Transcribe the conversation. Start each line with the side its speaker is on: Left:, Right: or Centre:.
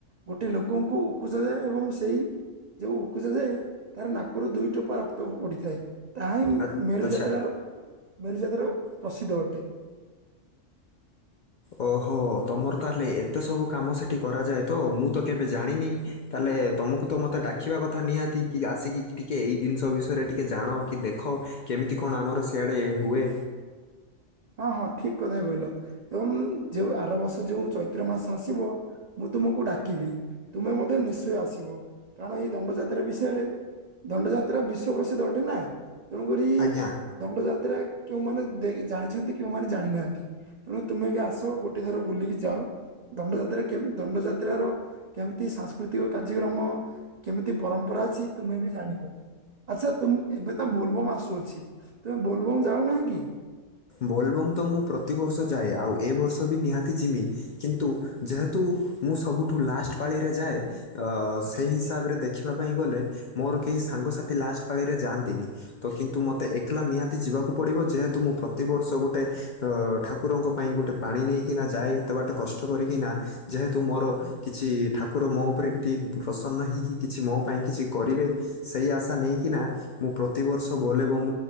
Right: ଗୋଟେ ଲୋକଙ୍କୁ ଉପଜାଯାଏ ଏବଂ ସେଇ ଯୋଉ ଉକୁଜ ଯାଏ ତାର ନାକରୁ ଦୁଇ ଟୋପା ରକ୍ତ ପଡିଥାଏ। ତାହା ହିଁ
Left: ଆ-
Right: ମେରୁଯାତ୍ରାର
Left: ଆଚ୍ଛା
Right: ମେରୁଯାତ୍ରା ପ୍ରସିଦ୍ଧ ଅଟେ।
Left: ଓହୋ ତମର ତାହେଲେ ଏତେ ସବୁ କାମ ସେଠି କରାଯାଏ ତ ମୁଁ ତ କେବେ ଜାଣିନି। ତାହେଲେ ତମକୁ ତ ମୋତେ ଡାକିବା କଥା ନିହାତି କି ଆସିକି ଟିକେ ଏଇ ଜିନିଷ ବିଷୟରେ ଟିକେ ଜାଣ କି ଦେଖ। କେମିତି କଣ ଆମର ସିଆଡେ ହୁଏ।
Right: ହଁ ହଁ ଠିକ କଥା କହିଲ ଏବଂ ଯୋଉ ଆର ବର୍ଷ ଯୋଉ ଚୈତ୍ର ମାସ ଆସିବ ମୁଁ ତୁମକୁ ଡାକିବି ତୁମେ ମଧ୍ୟ ନିଶ୍ଚୟ ଆସିବ କାରଣ ଏଇ ଦଣ୍ଡ ଯାତ୍ରା ବିଷୟରେ ଦଣ୍ଡଯାତ୍ରା ବିଶ୍ୱ ପ୍ରସିଦ୍ଧ ଅଟେ ନା। ତେଣୁକରି
Left: ଆଜ୍ଞା
Right: ଦଣ୍ଡ ଯାତ୍ରା କେଉଁ ମାନ ଦେଖ ଜାଣ ଛନ୍ତି କଉମାନେେ ଜାଣିନାହାନ୍ତି ତେଣୁ ତୁମେ ବି ଆସ ଗୋଟେ ଥର ବୁଲିକି ଯାଅ ଦଣ୍ଡ ଯାତ୍ରା କେମ୍ ଦଣ୍ଡ ଯାତ୍ରାର କେମିତି ସାଂସ୍କୃତିକ କାର୍ଯ୍ୟକ୍ରମ କେମିତି ପରମ୍ପରା ଅଛି ତୁମେ ବି ଜାଣିବ। ଆଛା ତୁମ ଏବେ ତ ବୋଲବମ୍ ଆସୁଅଛି ତୁମେ ବୋଲବମ୍ ଯାଉନାହଁ କି?
Left: ବୋଲବମ୍ ତ ମୁଁ ପ୍ରତିବର୍ଷ ଯାଏ ଆଉ ଏ ବର୍ଷ ବି ନିହାତି ଜିମି। କିନ୍ତୁ ଯେହେତୁ ମୁଁ ସବୁଠୁ ଲାଷ୍ଟ ପାଳିରେ ଯାଏ
Right: ଆଚ୍ଛା
Left: ସେହି ଅ
Right: ଆଚ୍ଛା
Left: ହିସାବରେ ଦେଖ ପାଇଁ ଗଲେ ମୋର କେହି ସାଙ୍ଗସାଥି ଲାଷ୍ଟ ପାରେ ଯାଆନ୍ତିନି। ତ କିନ୍ତୁ ମୋତେ ଏକଲା ନିହାତି ଯିବାକୁ ପଡିବ ଯେହେତୁ ମୁଁ ପ ପ୍ରତିବର୍ଷ ଗୋଟେ ଅ ଠାକୁରଙ୍କ ପାଇଁ ଗୋଟେ ପାଣି ନେଇକିନା ଯାଏ ଏତେ ବାଟ କଷ୍ଟ କରିକିନା। ଯେହେତୁ ମୋର କିଛି ଠାକୁର ମୋ ଉପରେ ଟିକ ପ୍ରସନ୍ନ ହେଇକି କିଛି ମୋ ପାଇଁ କିଛି କରିବେ। ସେଇ ଆଶା ନେଇକିନା ମୁଁ ପ୍ରତିବର୍ଷ ବୋଲେ ବମ୍